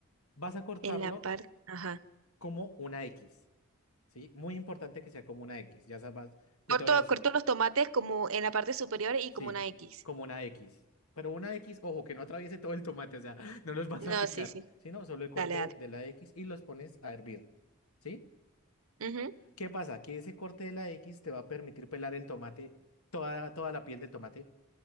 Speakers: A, on the left; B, on the right.
A: Vas a cortarlo
B: En la parte, ajá.
A: como una X, ¿sí? Muy importante que sea como una X, ya sabes, ya
B: Corto,
A: te voy a decir,
B: corto los tomates como en la parte superior y
A: sí,
B: como una X.
A: como una X. Pero una X, ojo, que no atraviese todo el tomate, o sea, <laughs> no los vas
B: No,
A: a picar,
B: sí, sí.
A: sino solo el corte
B: Dale, dale.
A: de la X y los pones a hervir, ¿sí?
B: Ujú.
A: ¿Qué pasa? Que ese corte de la X te va a permitir pelar el tomate, toda, toda la piel del tomate